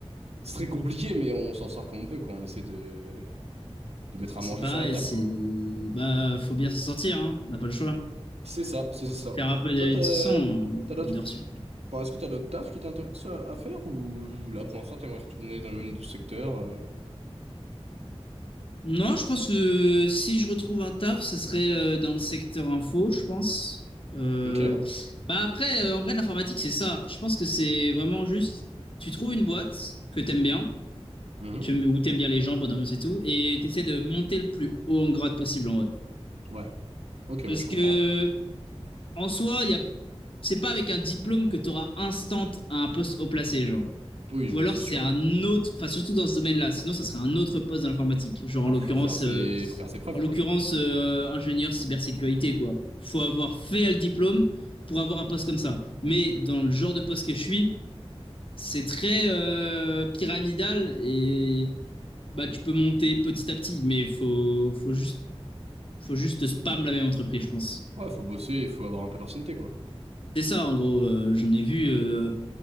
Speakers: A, on the right; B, on the left.
A: C'est très compliqué, mais on s'en sort comme on peut, quoi. On essaie de, de mettre à
B: c'est
A: manger
B: pareil,
A: sur la table,
B: c'est...
A: quoi.
B: Bah, faut bien s'en sortir, hein. On n'a pas le choix.
A: C'est ça, c'est c'est ça.
B: Faire un peu de,
A: Toi, t'as,
B: de toute façon, euh,
A: t'as
B: un
A: d'autres,
B: peu d'heures sup.
A: enfin, est-ce que t'as d'autres tafs qui t'intéressent à, à faire ou là, pour l'instant, t'aimerais retourner dans le même du secteur euh,
B: Non, je pense que si je retrouve un taf, ça serait euh, dans le secteur info, je pense. Euh,
A: Ok.
B: Bah après, euh, en vrai, l'informatique, c'est ça. Je pense que c'est vraiment juste, tu trouves une boîte que t'aimes bien,
A: Mhm.
B: tu, où t'aimes bien les gens, bonne ambiance et tout, et t'essaies de monter le plus haut en grade possible, en vrai.
A: Ouais. Ok,
B: Parce
A: ouais, je
B: que
A: comprends.
B: en soi, y a... c'est pas avec un diplôme que tu auras instant un poste haut placé, genre.
A: Oui,
B: Ou
A: bah,
B: alors
A: c'est
B: c'est
A: sûr.
B: un autre, enfin surtout dans ce domaine-là, sinon ça serait un autre poste dans l'informatique, genre
A: Bah,
B: en l'occurrence,
A: faut faire ses,
B: euh,
A: faut faire ses preuves,
B: en l'occurrence
A: quoi.
B: euh, ingénieur cybersécurité, quoi. Faut avoir fait le diplôme pour avoir un poste comme ça. Mais dans le genre de poste que je suis, c'est très euh, pyramidal et bah tu peux monter petit à petit, mais faut faut juste faut juste spam la même entreprise, je pense.
A: Ouais, faut bosser, il faut avoir un peu d'ancienneté, quoi.
B: C'est ça en gros. Euh, j'en ai vu euh,